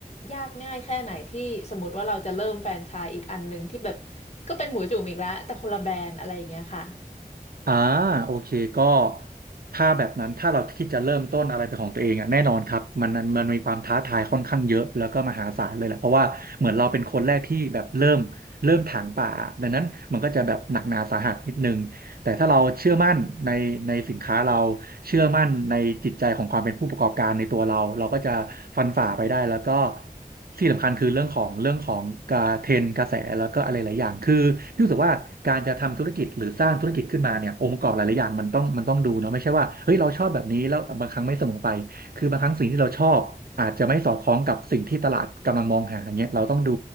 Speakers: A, on the left; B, on the right.
A: ยากง่ายแค่ไหนที่สมมติว่าเราจะเริ่มแฟรนไชส์อีกอันหนึ่งที่แบบก็เป็นหมูจุ่มอีกแล้วแต่คนละแบรนด์อะไรอย่างเงี้ยค่ะ
B: อ่าโอเคก็ถ้าแบบนั้นถ้าเราคิดจะเริ่มต้นอะไรเป็นของตัวเองอ่ะแน่นอนครับมันมันมันมีความท้าทายค่อนข้างเยอะแล้วก็มหาศาลเลยแหละเพราะว่าเหมือนเราเป็นคนแรกที่แบบเริ่มเริ่มถางป่าดังนั้นมันก็จะแบบหนักหนาสาหัสนิดนึง แต่ถ้าเราเชื่อมั่นในในสินค้าเราเชื่อมั่นในจิตใจของความเป็นผู้ประกอบการในตัวเราเราก็จะฟันฝ่าไปได้แล้วก็ที่สำคัญคือเรื่องของเรื่องของการเทรนด์กระแสแล้วก็อะไรหลายอย่างคือพี่รู้สึกว่าการจะทำธุรกิจหรือสร้างธุรกิจขึ้นมาเนี่ยองค์ประกอบหลายๆอย่างมันต้องมันต้องดูเนาะไม่ใช่ว่าเฮ้ยเราชอบแบบนี้แล้วบางครั้งไม่เสมอไปคือบางครั้งสิ่งที่เราชอบอาจจะไม่สอดคล้องกับสิ่งที่ตลาดกำลังมองหาอย่างเงี้ยเราต้องดู